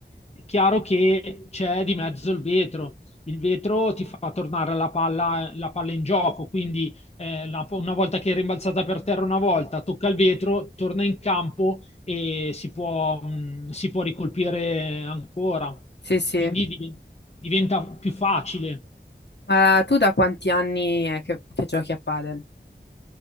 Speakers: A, on the left; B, on the left.
A: È chiaro che c'è di mezzo il vetro il vetro ti fa tornare la palla, la palla in gioco, quindi eh, la, una volta che è rimbalzata per terra una volta, tocca il vetro, torna in campo e si può, mh, si può ricolpire ancora.
B: Sì, sì.
A: Quindi div- diventa più facile.
B: Ma tu da quanti anni è che, che giochi a padel?